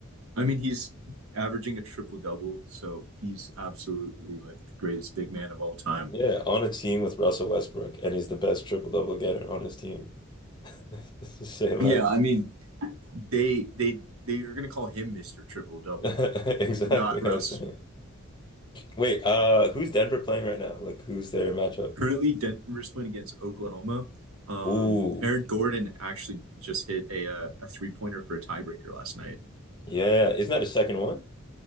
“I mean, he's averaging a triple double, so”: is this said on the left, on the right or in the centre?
Right